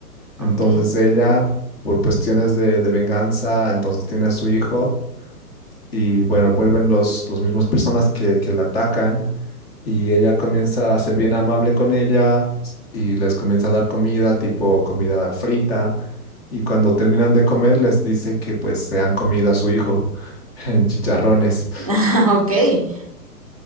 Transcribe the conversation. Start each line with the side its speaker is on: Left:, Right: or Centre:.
Right: Ok.
Left: Entonces ella, por cuestiones de, de venganza, entonces tiene a su hijo y bueno, vuelven los, los mismos personas que, que la atacan y ella comienza a ser bien amable con ella y les comienza a dar comida, tipo comida frita, y cuando terminan de comer les dice que pues se han comido a su hijo <laughs> en chicharrones.
Right: <laughs> Ok.